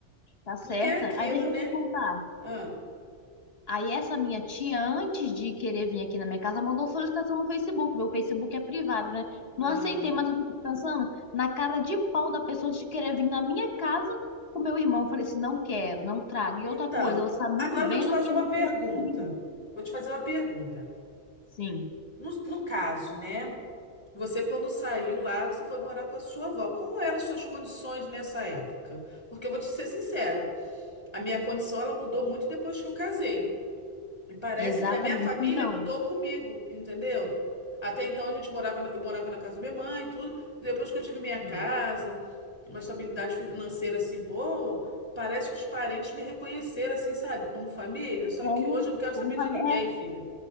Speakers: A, on the left (about 55°); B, on the left (about 20°).
A: tá certa.
B: porque é aquilo,
A: Aí deixa
B: né?
A: eu te contar.
B: Ah,
A: Aí essa minha tia, antes de querer vir aqui na minha casa, mandou solicitação no Facebook. Meu Facebook é privado, né? Não
B: ah.
A: aceitei, mas eu fico pensando na cara de pau da pessoa de querer vir na minha casa com meu irmão. Eu falei assim, não quero, não trago. E
B: Então,
A: outra coisa, você sabe muito
B: agora
A: bem
B: eu vou te
A: do
B: fazer
A: que
B: uma
A: ela
B: pergunta,
A: fez comigo.
B: vou te fazer uma pergunta.
A: Sim,
B: no no caso, né? Você, quando saiu lá, você foi morar com a sua avó. Como eram as suas condições nessa época? Porque eu vou te ser sincera, a minha condição ela mudou muito depois que eu casei. E parece
A: exatamente.
B: que a minha família
A: Então,
B: mudou comigo, entendeu? Até então a gente morava, na- eu morava na casa da minha mãe, e tudo. Depois que eu tive minha casa,
A: sim.
B: uma estabilidade financeira assim boa, parece que os parentes me reconheceram assim, sabe, como família. Só
A: Como,
B: que hoje eu não quero
A: como
B: saber
A: eu
B: de
A: falei,
B: ninguém, filha,